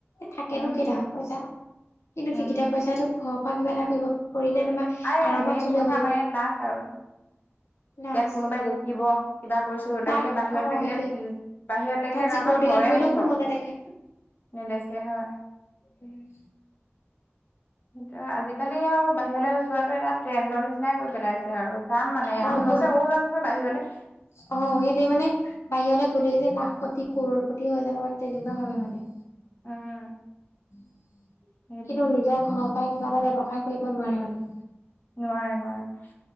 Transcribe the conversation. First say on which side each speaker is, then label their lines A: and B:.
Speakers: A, on the left; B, on the left.
A: থাকেনো
B: উম
A: কেইটা পইচা, কিন্তু
B: উম
A: সি কিটা পইচাটো ঘৰৰ পৰা কিবা এটা কৰিব কৰিলে তোমাৰ
B: আই
A: আৰামত
B: মেইন
A: চলিব
B: কথা
A: পাৰিব।
B: আমাৰ ইয়াত লাখ আৰু
A: প্লাছ
B: ইয়াত কোনোবাই দেখিব কিবা কৰিছো লাগিলে
A: তাত
B: বাহিৰত
A: অ
B: লাগিলে
A: সেইটোয়ে
B: উম বাহিৰত লাগিলে
A: তাত চিকিউৰিটি
B: কাৰোবাৰ ঘৰে
A: গাৰ্ড কৰিলেও
B: মোচক।
A: কোনো নেদেখে
B: নেদেখে হয়।
A: উম'।
B: সেইটোৱেই আৰু আজিকালি আৰু বাহিৰলৈ যোৱাটো এটা ট্ৰেণ্ডৰ নিচিনাই কৰি পেলাইছে আৰু যাম মানে
A: হয়
B: আ মোক
A: হয়
B: গৈছে ময়ো যাম নহয় বাহিৰলে।
A: অ', সেইটোৱেই মানে বাহিৰলৈ গ'লেই যে লাখপতি, কৰৰপ্ৰতি হৈ যাব মানে তেনেকু হয় মানে।
B: উম
A: <inaudible>
B: সেইটোৱে
A: কিন্তু নিজৰ ঘৰৰ পৰাই কিবা এটা ব্যৱসায় কৰিব নোৱাৰে মানে।
B: নোৱাৰে-নোৱাৰে।